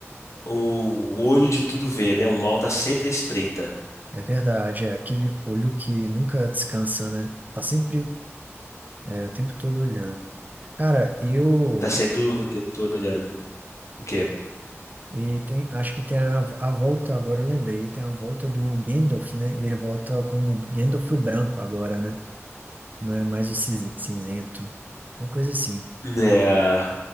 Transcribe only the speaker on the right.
é verdade. É aquele olho que nunca descansa, né? Tá sempre, é, o tempo todo olhando. Cara, eu.
E tem, acho que tem a, a volta, agora eu lembrei, tem a volta do Gandalf, né? Ele volta como Gandalf o branco agora, né? Não é mais o cinze- cinzento. Uma coisa assim.